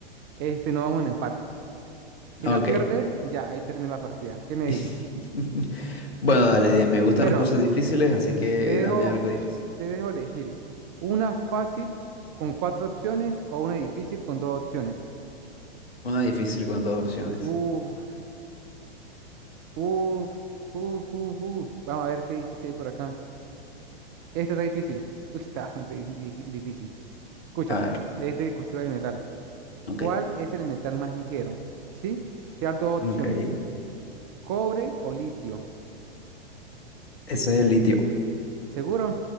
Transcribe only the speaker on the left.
ok.
<laughs>
Bueno, dale, de- me gustan
las cosas difíciles, así que
dame algo difícil.
Una difícil con dos opciones.
A ver,
ok.
Ok.
Ese
es el litio.